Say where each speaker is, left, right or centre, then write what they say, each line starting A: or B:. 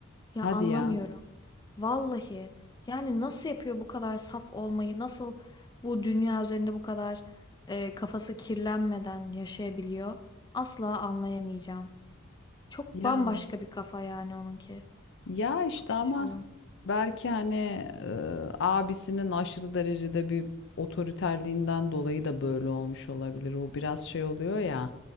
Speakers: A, on the left; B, on the left.
A: Ya
B: Hadi
A: anlamıyorum.
B: ya.
A: Vallahi yani nasıl yapıyor bu kadar saf olmayı? Nasıl bu dünya üzerinde bu kadar e, kafası kirlenmeden yaşayabiliyor? Asla anlayamayacağım. Çok
B: Ya
A: bambaşka bir kafa yani onunki.
B: Ya işte
A: Çok şaşırıyorum.
B: ama belki hani e, abisinin aşırı derecede bir otoriterliğinden dolayı da böyle olmuş olabilir. O biraz şey oluyor ya